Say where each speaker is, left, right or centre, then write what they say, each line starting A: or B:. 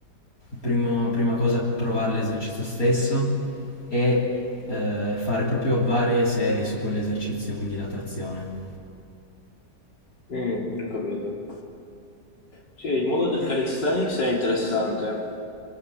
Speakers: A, on the left; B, on the left.
A: primo- prima cosa provare l'esercizio stesso e eh, fare proprio varie serie su quell'esercizio, quindi la trazione.
B: Mm, non capito. Sì, il mondo del calisthenics è interessante.